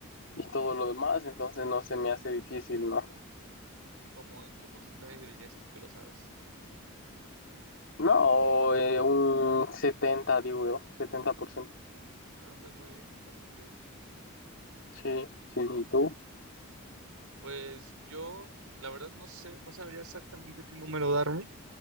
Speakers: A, on the left (about 60°); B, on the right (about 85°).
A: y todo lo demás, entonces no se me hace difícil, ¿no?
B: ¿Cómo en qué porcentaje dirías tú que lo sabes?
A: No, eh, un 70 digo yo, setenta por ciento
B: Ah, pues muy bien, bastante útil.
A: Sí, sí, ¿y tú?
B: Pues yo, la verdad, no sé, no sabría exactamente qué número darme,